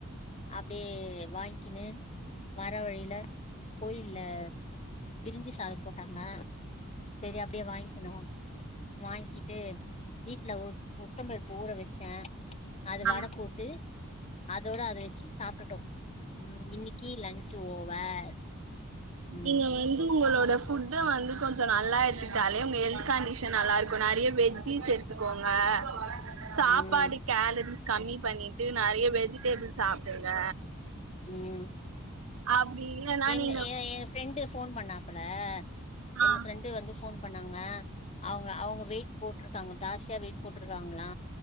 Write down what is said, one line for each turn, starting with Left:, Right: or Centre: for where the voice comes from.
Left: அப்டியே வாங்கிக்கினு வர வழியில கோயில்ல பிரிஞ்சு சாத போட்டாங்க சரி அப்படியே வாங்கிக்னோ வாங்க்கிட்டு வீட்ல உ உளுத்த பருப்பு ஊற வச்சே அது
Right: நாங்க
Left: வட போட்டு அதோட அத வச்சு சாப்ட்டுட்டோ ம் இன்னைக்கி லன்ச் ஓவர் ம்
Right: நீங்க வந்து உங்களோட் இந்த ஃபுட்டு வந்து கொஞ்ச நல்லா எடுத்துக்கிட்டாலே உங்க ஹெல்த் கண்டிஷன் நல்லாருக்கு நெறைய வெஜ்ஜிஸ் எடுத்துக்கோங்க ஆ சாப்பாடு
Left: ம்
Right: கேலரிஸ் கம்மி பண்ணிட்ட நெறைய வெஜிடேபிள் சாப்டுங்க
Left: ம்
Right: அப்டி இல்லனா
Left: எங்க
Right: நீங்க
Left: எ எங்க ஃப்ரெண்டு போன் பண்ணாப்புல
Right: ஆ
Left: எங்க ஃப்ரெண்டு வந்து போன் பண்ணாங்க அவங்க அவங்க வெய்ட்டு் போட் போ இருக்காங்க தாசியா வெீட் போட்ருக்காங்களா